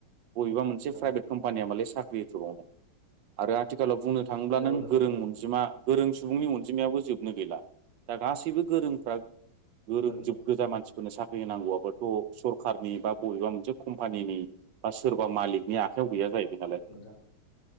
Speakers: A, on the right; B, on the left.
A: बबेबा मोनसे
B: नोंथां
A: प्राइभेट कम्पानियाव साख्रिआ होथ्रबावनो? आरो आथिखालाव बुंनो थाङोब्ला
B: नंगौ
A: नों
B: नोंथां
A: गोरों
B: नंगौ नोंथां
A: अनजिमा गोरों सुबुंनि अनजिमायाबो जोबनो गैला। दा गासैबो गोरोंफ्रा गोरों
B: नोंथां नंगौ
A: जोब गोजा मानसि फोरनो साख्रि होनांगौआबोथ' सरखारनि बा बबेबा मोनसे कम्फानिनि बा सोरबा मालिकनि आखाइयाव गैया जाहैबाय नालाय।
B: नोंथां।